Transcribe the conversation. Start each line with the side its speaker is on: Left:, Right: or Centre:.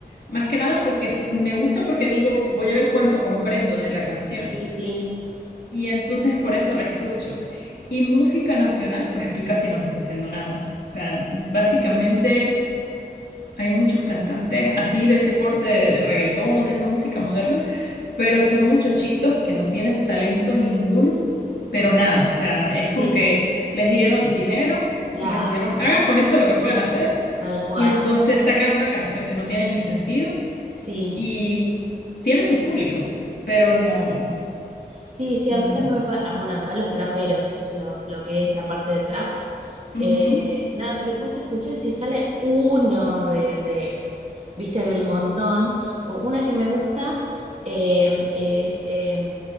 Left: Más que nada porque si- me gusta porque digo, voy a ver cuánto comprendo de la canción.
Right: Sí, sí,
Left: Y entonces por eso la escucho. Y música nacional, pues aquí casi no se está haciendo nada. O sea, básicamente... Hay muchos cantantes así de ese corte de reggaetón, de esa música moderna, pero son muchachitos que no tienen talento ninguno, pero nada, o sea, es
Right: sí,
Left: como que les dieron dinero
Right: la,
Left: y les dijeron, hagan con esto lo que puedan hacer,
Right: tal cual,
Left: y entonces sacan una canción que no tiene ni sentido
Right: sí.
Left: y tiene su público, pero no,
Right: Sí, sí,
Left: nada.
Right: a mí también me pasa, bueno, acá los traperos, lo, lo que es la parte de trap,
Left: Ujú,
Right: eh, nada, que vos escuches si sale uno de, de, viste, del montón. Po- Una que me gusta eh, es eh,